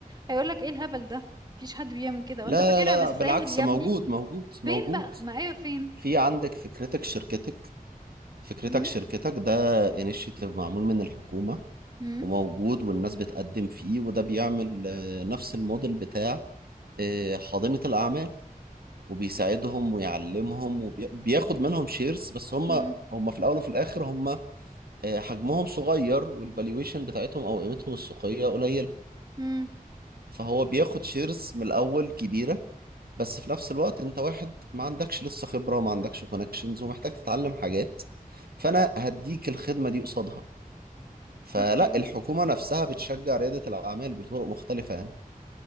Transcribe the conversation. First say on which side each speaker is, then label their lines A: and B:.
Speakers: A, on the right; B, on the right.
A: هيقولك ايه الهبل ده مفيش حد بيعمل كده وانت
B: لا
A: فاكرها
B: لا لا
A: بالساهل
B: لا، بالعكس
A: يا
B: موجود
A: ابني
B: موجود موجود
A: فين بقى ما ايوه فين
B: في عندك فكرتك شركتك فكرتك
A: م-
B: شركتك ده انيشيتيف معمول من الحكومة
A: م-
B: وموجود والناس بتقدم فيه وده بيعمل آه، نفس الموديل بتاع آه، حاضنة الأعمال وبيساعدهم ويعلمهم وبياخد منهم شيرز بس هم
A: امم
B: هم في الأول وفي الآخر هم آه، حجمهم صغير والفالويشن بتاعتهم أو قيمتهم السوقية قليل
A: امم
B: فهو بياخد شيرز من الأول كبيرة بس في نفس الوقت انت واحد ما عندكش لسه خبرة وما عندكش كونكشنز ومحتاج تتعلم حاجات فانا هديك الخدمة دي قصادها فلا
A: اوكي
B: الحكومة نفسها بتشجع ريادة الأعمال بطرق مختلفة يعني